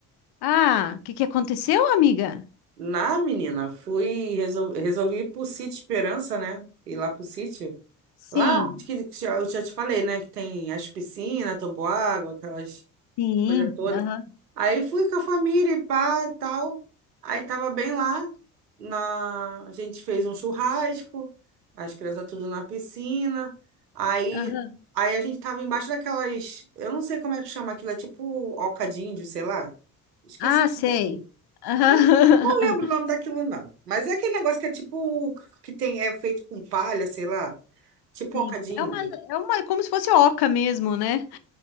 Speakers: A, on the left; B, on the right.
A: Ah, o que que aconteceu, amiga?
B: Na, menina, fui, resol- resolvi ir pro Sítio Esperança, né? Ir lá pro Sítio.
A: Sim.
B: Lá, onde que que já- eu já te falei, né? Que tem as piscinas, toboágua, aquelas
A: Sim,
B: coisa toda.
A: Aham.
B: Aí fui com a família e pá, tal. Aí tava bem lá. Na... A gente fez um churrasco, as crianças tudo na piscina. Aí,
A: aham.
B: aí a gente tava embaixo daquelas. Eu não sei como é que chama aquilo, é tipo oca de índio, sei lá. Esqueci
A: Ah,
B: o
A: sei.
B: nome daquilo.
A: aham.
B: Eu não lembro o nome
A: <laughs>
B: daquilo, não. Mas é aquele negócio que é tipo. que tem, é feito com palha, sei lá. Tipo
A: Sim.
B: oca de índio.
A: É uma, é uma, é como se fosse oca mesmo, né?